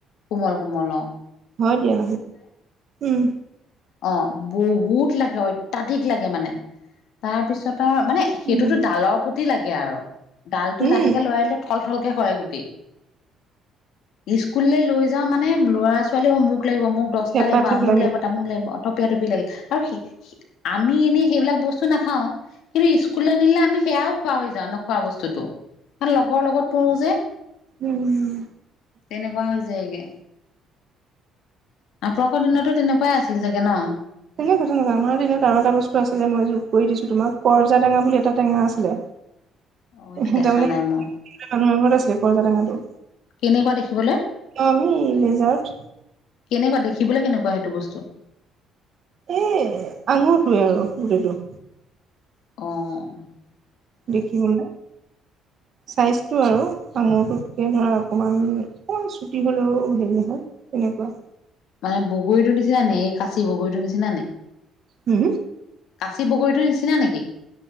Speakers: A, on the left; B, on the right.
A: কোমল কোমল অঁ।
B: হয় দিয়া, উম।
A: অঁ বহুত লাগে, অত্যাধিক লাগে মানে। তাৰপিছত মানে সেইটোতো
B: উম
A: ডালৰ প্ৰতি লাগে আৰু ডালটো
B: উম
A: লাহেকে লৰাই দিলে থল থলকে সৰে গোটেই। স্কুললে লৈ যাওঁ মানে ল'ৰা-ছোৱালীও মোক মোক লাগিব, মোক দছটা
B: থেপা
A: লাগিব,
B: থেপ
A: আমোক
B: লাগে
A: লাগিব তামোক লাগিব। তপিয়া টপি লাগে আৰু আমি এনেই সেইবিলাক বস্তু নাখাওঁ। কিন্তু স্কুললে নিলে আমি সেয়াও খোৱা হৈ যাওঁ নোখোৱা বস্তুটো, কাৰণ লগৰ লগত পৰো যে।
B: উম
A: তেনেকুৱা হৈ যায়গে। আপোনালোকৰ দিনতো তেনেকুৱাই আছিলে চাগে ন?
B: কথা নকয় আমাৰ দিনত আৰু এটা বস্তু আছিলে, মই যোগ কৰি দিছো তোমাৰ কৰজা টেঙা বুলি এটা টেঙা আছিলে।
A: অ এইটো
B: তাৰমানে
A: দেখা নাই মই
B: মানুহৰ ঘৰত আছিলে, কৰ্জা টেঙা তো।
A: কেনেকুৱা দেখিবলৈ
B: আমি লেজাৰট
A: কেনেকুৱা দেখিবলৈ কেনেকুৱা সেইটো বস্তু?
B: এ আঙুৰটোৱে আৰু গোটেইটো।
A: অহ
B: দেখিবলে চাইজ টো আৰু আঙুৰটোতকে ধৰা অকমান অকণ চুটি হ'লেও হেৰি নহয়। তেনেকুৱা।
A: মানে বগৰীটো নিচিনা নি? এই কাঁচি বগৰীটো নিচিনা নে?
B: হুম?
A: কাঁচি বগৰীটোৰ নিচিনা নেকি?